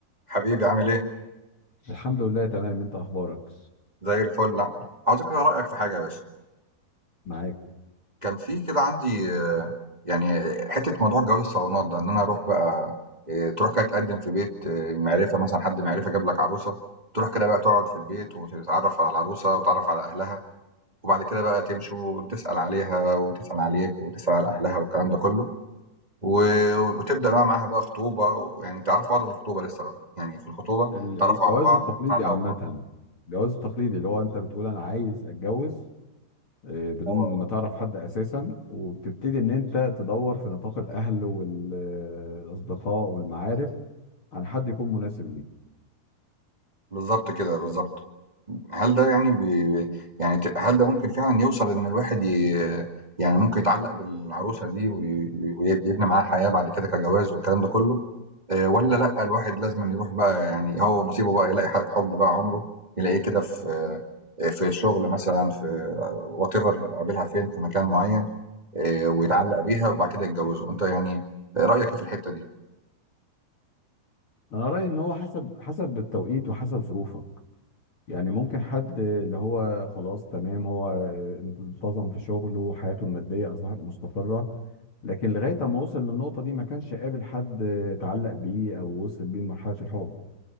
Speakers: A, on the right; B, on the left.
A: حبيبي عامل ايه؟
B: الحمد لله تمام انت اخبارك
A: زي الفل لا عاوز كده رأيك في حاجة يا باشا
B: معاك
A: كان في كده عندي آه، يعني حتة موضوع جواز الصالونات ده ان انا اروح بقى آه، تروح كده تقدم في بيت آه، معرفة مثلا حد معرفة جاب لك عروسة تروح كده بقى تقعد في البيت وتتعرف على العروسة وتتعرف على اهلها وبعد كده بقى تمشوا وتسأل عليها وتسأل عليك وتسأل على اهلها والكلام ده كله و- وتبدأ بقى معاها بقى خطوبة يعني تعرفوا بعض في الخطوبة لسه بقى يعني في الخطوبة
B: ال-
A: تعرفوا
B: الجواز
A: على بعض
B: التقليدي
A: تعرفوا
B: عامة
A: بعض
B: الجواز التقليدي اللي هو انت بتقول انا عايز اتجوز آه، بدون
A: اه
B: ما تعرف حد اساسا وبتبتدي ان انت تدور في نطاق الاهل والاصدقاء والمعارف عن حد يكون مناسب ليك
A: بالظبط كده بالظبط هل ده يعني بي يعني ت هل ده ممكن فعلًا يوصل إن الواحد ي يعني ممكن يتعلّق بالعروسة دي وي ويب يبني معاها حياة بعد كده كجواز والكلام ده كله، آآ والّا لأ الواحد لازمًا يروح بقى يعني هو ونصيبه بقى يلاقي ح حُب بقى عُمره، يلاقيه كده في آآ في الشغل مثلًا في whatever قابلها فين في مكان معيّن، آآ ويتعلّق بيها وبعد كده يتجوّزوا، أنت يعني رأيك إيه في الحتّة دي؟
B: انا رأيي ان هو حسب حسب التوقيت وحسب ظروفك يعني ممكن حد اللي هو خلاص تمام هو انتظم في شغله وحياته المادية أصبحت مستقرة لكن لغاية ما وصل للنقطة دي ما كانش قابل حد اتعلق بيه أو وصل بيه لمرحلة الحب